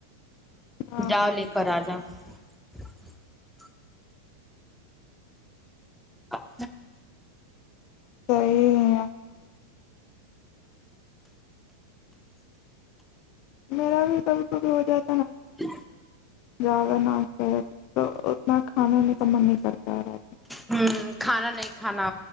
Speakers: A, on the left; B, in the centre.
A: ہاں
B: جاؤ لے کااجا <unintelligible> ا <inaudible>
A: صیح <unintelligible> میرا بھی کم خب ہو جاتا
B: ج
A: زہ تو اتنا کھانا نہیں کرتا ہے
B: ہوں کھانا نہیں کھانا